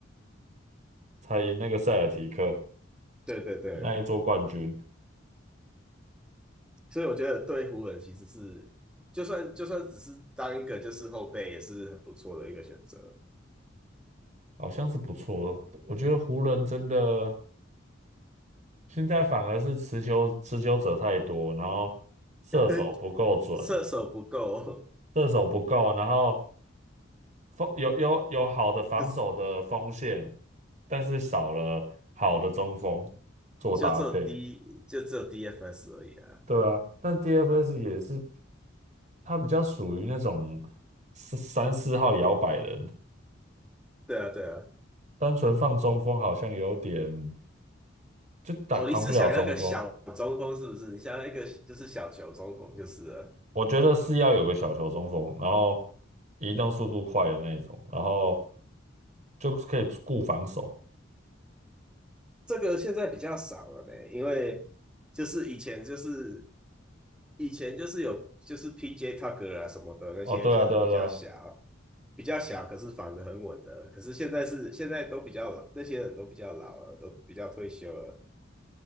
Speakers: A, on the right; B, in the centre.
A: 才赢那个塞尔提克
B: 对对对，
A: 那一座冠军，
B: 所以我觉得对湖人其实是，就算就算只是当一个就是后备也是很不错的一个选择。
A: 好像是不错。的。我觉得湖人真的现在反而是持球持球者太多，然后射手不够准，
B: <laughs> 射手不够，
A: 射手不够，然后。锋有有有好的防守的锋线，
B: <laughs> 可是
A: 但是少了好的中锋做搭配。
B: 就只有 D 就只有 DFS 而已啊。
A: 对啊，但 DFS 也是，他比较属于那种四三四号摇摆人，
B: 对啊，对啊。
A: 单纯放中锋好像有点就打扛不了中锋。
B: 哦，你是想要个小中锋是不是？你想要一个就是小球中锋就是了。
A: 我觉得是要有个小球中锋，然后移动速度快的那种，然后就可以顾防守。
B: 这个现在比较少了呢，因为就是以前就是以前就是有就是 PJ Tucker 啊什么的那些，
A: 哦，对啊，
B: 就是比较小
A: 对啊，对啊，
B: 比较小，可是防得很稳的。可是现在是现在都比较老，那些人都比较老了，都比较退休了。